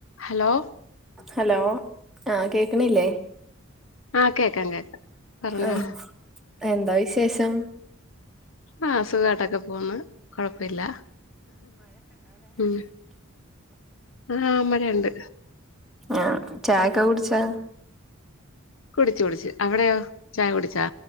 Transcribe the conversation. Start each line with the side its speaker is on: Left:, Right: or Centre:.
Left: Hello
Centre: hello ആ കേക്കണില്ലേ
Left: ആ കേക്കാം കേക്കാം പറഞ്ഞോ
Centre: ആ എന്താ വിശേഷം
Left: ആ സുഖാട്ടൊക്കെ പോന്ന് കൊഴപ്പവില്ല ഉം ആ മഴയുണ്ട്
Centre: ആ ഛായക്കെ കുടിച്ചാ?
Left: കുടിച്ചു കുടിച്ചു അവിടെയോ ഛായ കുടിച്ചാ?